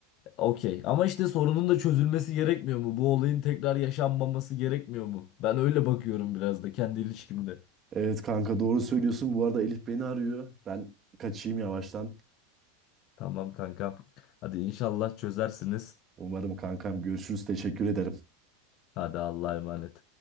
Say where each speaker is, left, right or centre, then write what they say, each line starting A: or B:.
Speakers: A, on the left (about 45°); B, on the right (about 30°).
A: Okey. Ama işte sorunun da çözülmesi gerekmiyor mu? Bu olayın tekrar yaşanmaması gerekmiyor mu? Ben öyle bakıyorum biraz da kendi ilişkimde.
B: Evet kanka doğru söylüyorsun. Bu arada Elif beni arıyor. Ben kaçayım yavaştan.
A: Tamam kanka. Hadi inşallah çözersiniz.
B: Umarım kankam görüşürüz. Teşekkür ederim.
A: Hadi Allah'a emanet.